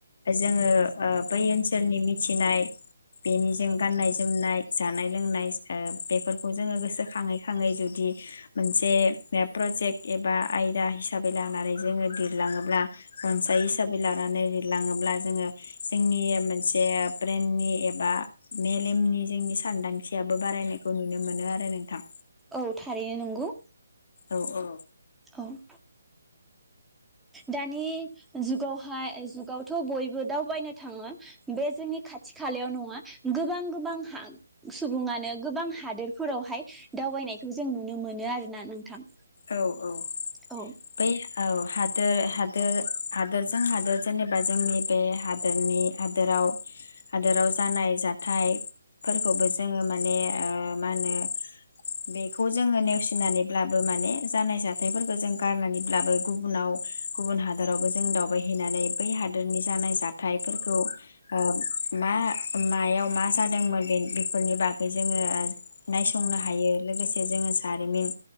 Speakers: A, on the left; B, in the centre.
A: जोङो ओ बै ओनसोलनि मिथिनाय बेनिजों गाननाय जोमनाय जानाय लोंनाय ओ बेफोरखौ जोङो गोसोखाङै खाङै जुदि मोनसे प्रजेक्ट एबा आयदा हिसाबै लानानै जोङो लिरलाङोब्ला रनसाय हिसाबै लानानै लिरलाङोब्ला जोङो जोंनि मोनसे ब्रेननि एबा मेलेमनि जोंनि सानदांथियाबो बारायनायखौ नुनो मोनो आरो नोंथां।
B: औ थारैनो नंगौ।
A: औ औ।
B: औ। दानि जुगावहाय जुगावथ' बयबो दावबायनो थाङो बे जोंनि खाथि खालायाव नङा गोबां गोबां सुबुङानो गोबां हादोरफोरावहाय दावबायनायखौ जों नुनो मोनो आरोना नोंथां।
A: औ औ
B: औ
A: बै औ। हादोर हादोर हादोरजों हादोर जेनेबा जोंनि बे हादोरनि हादोराव हादोराव जानाय जाथायफोरखौबो जोङो माने ओ मा होनो बेखौ जोङो नेवसिनानैब्लाबो माने जानाय जाथायफोरखौ जों गारनानैब्लाबो गुबुनाव गुबुन हादोरावबो जों दावबायहैनानै बै हादोरनि जानाय जाथायाइफोरखौ ओ मा मायाव मा जादोंमोन बे बेफोरनि बागै जोङो नायसंनो हायो लोगोसे जोङो जारिमिन